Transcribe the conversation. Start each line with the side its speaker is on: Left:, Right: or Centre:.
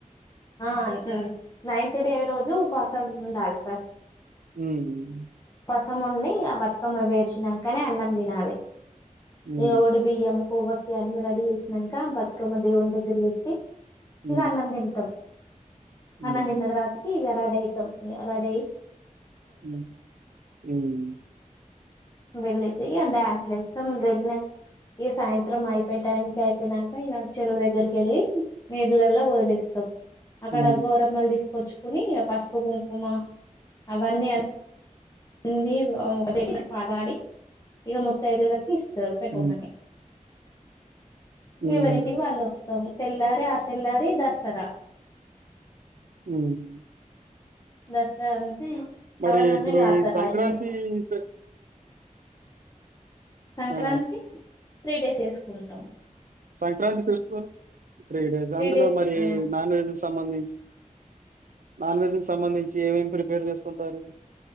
Left: ఆ మ్ నైన్త్ డే రోజు ఉపాసం ఉండాలి సార్
Right: మ్
Left: అన్నం ఒండి బతుకమ్మ వెర్షిణానకనే అన్నం తినాలే
Right: హ్మ్.
Left: ఇగ ఒడి బియ్యము కొవత్ ఇగ అన్ని రెడీ చేసినంక బతుకమ్మ దేవుం దగ్గర వెట్టి
Right: హ్మ్.
Left: ఇంగ అన్నం తింటాం
Right: హుహు.
Left: అన్నం దీన్న తరవాతకి ఇగ రెడీయితం ఇగ రడీయి
Right: మ్ మ్
Left: వేలేతి ఇగ డ్యాన్స్లు ఏస్తాం వెలనంక ఇగ సాయంత్రం అయిపోయే టైం కి అయిపోయినంక ఇగ చెరువు దగ్గరకి ఏళ్ళి నిలల్లో వదిలేస్తాం అక్కడ
Right: హ్మ్.
Left: గోరమ్మల్ తీసుకొచ్చుకోని పసుపు కుంకుమ అవన్నీ అని వాణ్ణి అది పడి ఇగ మత్తఐదులకు ఇస్తార్ పెట్టుకోగానే
Right: హ్మ్. హ్మ్.
Left: ఎవరింటికి వాళ్ళు వస్తాం తెల్లారే ఆ తెల్లారి దసరా
Right: హ్మ్మ్
Left: దసరా అంటే
Right: మరి
Left: రావణాసురుడ్ని
Right: ఇప్పుడు ఈ
Left: కాల్చి
Right: సంక్రాంతి ఫె
Left: సంక్రాంతి
Right: ఆ!
Left: త్రిడేస్ చేసుకుంటాం
Right: సంక్రాంతి ఫెస్టివల్ త్రిడేస్
Left: త్రీ
Right: అందులో
Left: డేస్
Right: మరి
Left: ఆ
Right: నాన్వెజ్ తమంది నాన్ వెజ్ కు సంబంధించి ఏమేమి ప్రిపేర్ చేసుంటారు